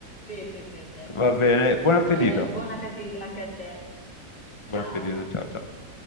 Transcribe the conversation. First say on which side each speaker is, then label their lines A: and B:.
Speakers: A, on the left; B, on the left.
A: Sì, sì, sì, sì.
B: Va bene, buon appetito.
A: E buon appetito anche a te. Ciao.
B: Buon appetito, ciao ciao.